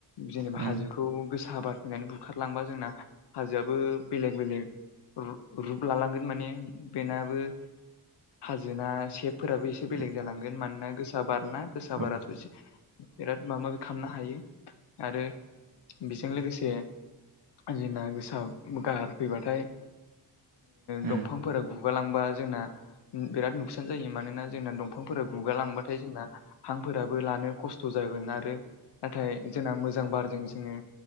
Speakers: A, on the left; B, on the right.
A: जेनेबा
B: औ
A: हाजोखौ गोसा बार फैनानै बुखारलांबा जोंना हाजोआबो बेलेग बेलेग रुप लालांगोन माने बेनाबो। हाजोना सेबफोराबो एसे
B: औ
A: बेलेग जालांगोन मानोना गोसा बार ना गोसा
B: उम औ
A: बाराथ' एबा बिराद माबा-माबि खालामनो हायो आरो बेजों लोगोसे जोंना गोसा गारफैबाथाय
B: औ
A: दंफांफोरा गु गुगालांबा जोंना बिराद नुखसान जायो मानोना जोंना दंफांफोरा गुगालांबाथाय जोंना हांफोराबो लानो खस्थ' जागोन आरो नाथाय जोंना मोजां बारजों जोङो।